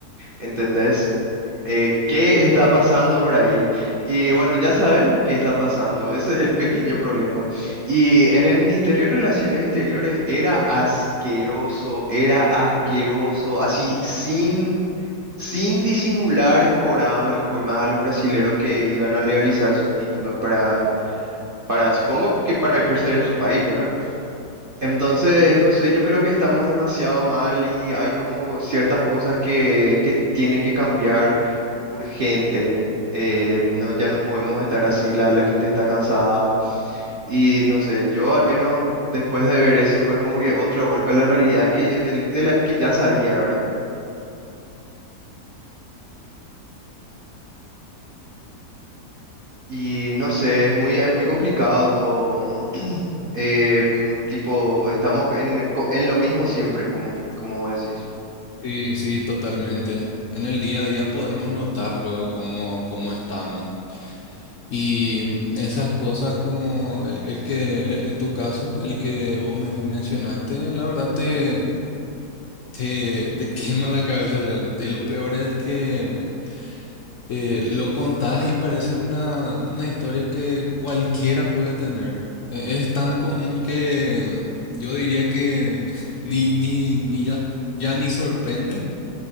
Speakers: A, on the right; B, on the left.
A: ¿Entendés? Eh, ¿qué está pasando por ahí? Y bueno, ya sabemos qué está pasando, ese es el pequeño problema. Y en el Ministerio de Relaciones Exteriores era asqueroso, era asqueroso, así sin, sin disimular cobraban las coimas a los brasileros que iban a legalizar sus títulos para para, supongo que para ejercer en su país, ¿verdad? Entonces, no sé, yo creo que estamos demasiado mal y hay como ciertas cosas que, que tienen que cambiar urgente. Eh, no, ya no podemos estar así, la, la gente está cansada y no sé, yo al menos después de ver eso fue como que otro golpe a la realidad que, de, de la que ya sabía, ¿verdad? Y no sé, es muy, es muy complicado todo. <clears throat> Eh, mm, tipo, estamos en, co- en lo mismo siempre, como, como vos decís.
B: Sí, sí, totalmente. En el día a día podemos notar luego cómo, cómo estamos. Y esas cosas como el, el que, e, en tu caso, el que vos me mencionaste, la verdad te, Te, te quema la cabeza realmente. Y lo peor es que eh, lo contás y parece una, una historia que cualquiera puede tener. Eh, es tan común que mm, yo diría que <laughs> ni, ni, ni ya, ya ni sorprende,